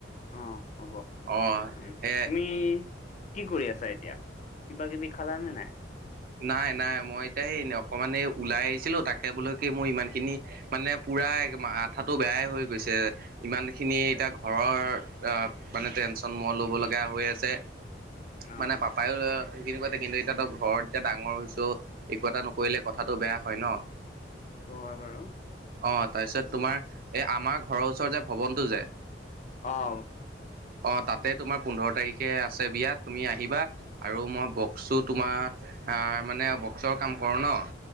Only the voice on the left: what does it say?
অ হ'ব
উম
তুমি কি কৰি আছা এতিয়া কিবা কিবি খালা নে নাই
অ'
সেইটো হয় বাৰু
অ'
অ'